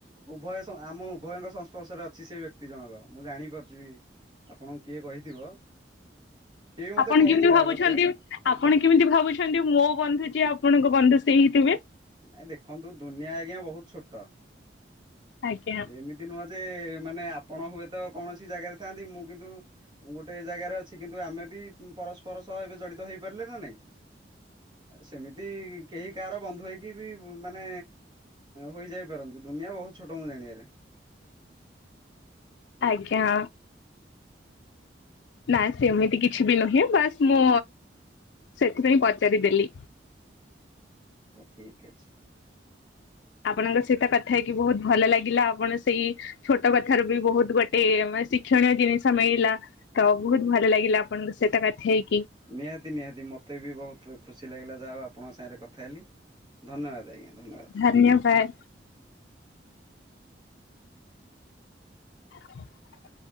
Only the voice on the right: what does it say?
ଉଭୟ। ଆମ ଉଭୟଙ୍କ ସଂସ୍ପର୍ଶରେ ଅଛି ସେ ବ୍ୟକ୍ତି ଜଣକ ମୁଁ ଜାଣିପାରୁଛି ବି ଆପଣଙ୍କୁ କିଏ କହିଥିବ। ସିଏ ବି ମତେ
କହୁଥିଲା
ଅବଶ୍ୟ
ନାଇଁ ଦେଖନ୍ତୁ ଦୁନିଆ ଆଜ୍ଞା ବହୁତ ଛୋଟ।
ଏମିତି ନୁହ। ଯେ ମାନେ ଆପଣ ହୁଏତ କୌଣସି ଜାଗାରେ ଥାନ୍ତି ମୁଁ କିନ୍ତୁ ଗୋଟେ ଜାଗାରେ ଅଛି କିନ୍ତୁ ଆମେ ବି ପରସ୍ପର ସହ ଏବେ ଜଡିତ ହେଇପାରିଲେ ନା ନାଇଁ। ସେମିତି କେହି କାହାର। ବନ୍ଧୁ ହୋଇ। ବି ମାନେ ହୋଇଯାଇ ପାରନ୍ତି ଦୁନିଆ ବହୁତ ଛୋଟ ମୁଁ ଜାଣିବାରେ।
ଠିକ ଅଛି।
ନିହାତି ନିହାତି ମତେ ବି ବହୁତ ଖୁସି ଲାଗିଲା ଯାହା ହଉ ଆପ । ଆପଣଙ୍କ ସାଙ୍ଗରେ କଥା ହେଲି ଧନ୍ୟବାଦ ଆଜ୍ଞା। ଧନ୍ୟବାଦ।